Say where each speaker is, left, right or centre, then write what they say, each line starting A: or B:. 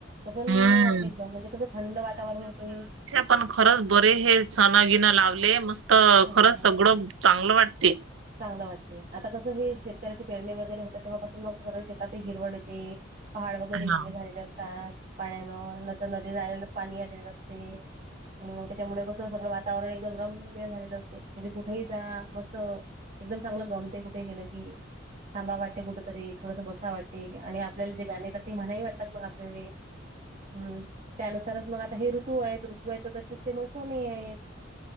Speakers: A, on the right (about 40°); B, on the right (about 80°).
A: प्रसन्न
B: हम्म
A: वाटते एकदम! म्हणजे कसं थंड वातावरण होते
B: आपण खरंच बरे हे सण गिणं लावले मस्त
A: हं.
B: खरंच सगळं चांगलं वाटते.
A: चांगलं वाटते आता कसं हे शेतकऱ्याची पेरणी वगैरे होते, तेव्हापासून मग सगळ शेतात हिरवळ येते, पहाड वगैरे
B: हा
A: हिरवे झालेले असतात पाण्यानं, नंतर नदीला आलेला पाणी आलेलं असते, आणि मग त्याच्यामुळे कस सगळं वातावरण एकदम रम्यं झालेलं असते म्हणजे कुठेही जा मस्त एकदम चांगलं गमते कुठे गेलं की, थांबा वाटते कुठतरी, थोडंसं बसा वाटते, आणि आपल्याला जे गाणे येतात, ते म्हणाही वाटतात मग आपल्याले हम्म त्यानुसारच मग आता हे ऋतू आहेत, ऋतू आहे तर तसेच ते मग सण ही आहेत.